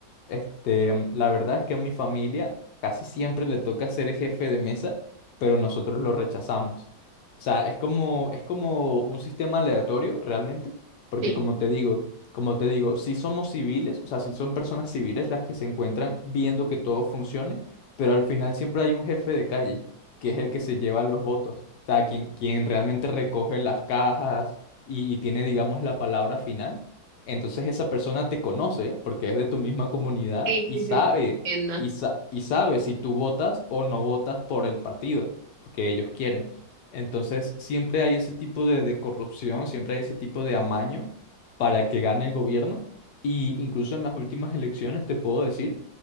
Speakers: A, on the left; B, on the right.
A: Este, la verdad es que a mi familia casi siempre le toca ser el jefe de mesa, pero nosotros lo rechazamos. O sea, es como, es como un sistema aleatorio realmente, porque
B: Sí,
A: como te digo, como te digo, si somos civiles, o sea, si son personas civiles las que se encuentran viendo que todo funcione, pero al final siempre hay un jefe de calle, que es el que se lleva los votos, o sea, quien, quien realmente recoge las cajas y, y tiene, digamos, la palabra final. Entonces esa persona te conoce porque es de tu misma comunidad
B: sí,
A: y
B: sí,
A: sabe,
B: sí, entiendo.
A: y sa- y sabe si tú votas o no votas por el partido que ellos quieren. Entonces, siempre hay ese tipo de, de corrupción, siempre hay ese tipo de amaño para que gane el gobierno. Y incluso en las últimas elecciones te puedo decir